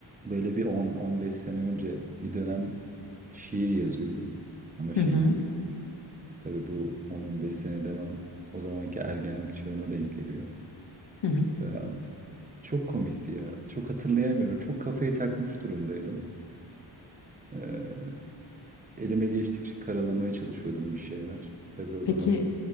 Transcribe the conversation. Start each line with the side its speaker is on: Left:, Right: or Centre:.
Right: Böyle bir 10-15 sene önce bir dönem şiir yazıyordum. Ama şey,
Left: Hı hı,
Right: tabii bu 10-15 sene demem o zamanki ergenlik çağıma denk geliyor.
Left: hı hı.
Right: Ee, çok komikti ya. Çok hatırlayamıyorum. Çok kafayı takmış durumdaydım. Ee, elime geçtikçe karalamaya çalışıyordum bir şeyler. Tabii o zaman
Left: Peki